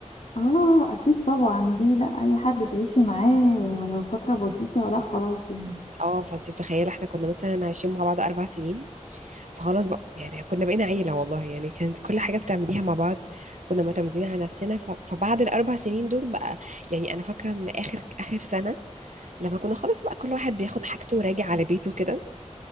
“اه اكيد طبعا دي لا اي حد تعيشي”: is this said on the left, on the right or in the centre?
Left